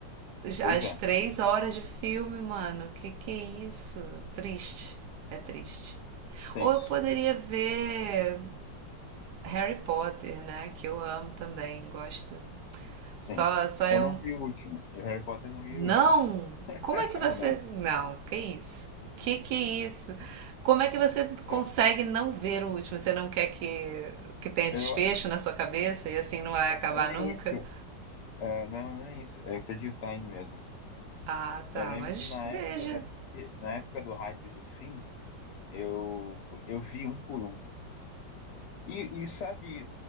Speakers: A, on the left; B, on the right.
A: Pois
B: as
A: é.
B: três horas de filme, mano. Que que é isso? Triste. É triste.
A: Tenso.
B: Ou eu poderia ver Harry Potter, né? Que eu amo também, gosto.
A: Sim.
B: Só, só é
A: Eu não
B: um.
A: vi o último. E o Harry Potter não vi
B: Não!
A: o último. <laughs>
B: Como é que você.
A: não.
B: Não, que isso? Que que é isso? Como é que você consegue
A: É.
B: não ver o último? Você não quer que, que tenha
A: Eu.
B: desfecho na sua cabeça e assim não vai acabar
A: Nem
B: nunca?
A: isso. É, não, nem isso. Eu perdi o time mesmo.
B: Ah, tá,
A: Eu lembro
B: mas
A: que na
B: veja.
A: época da... que- na época do hype do fim, eu, eu vi um por um. E, e sabe,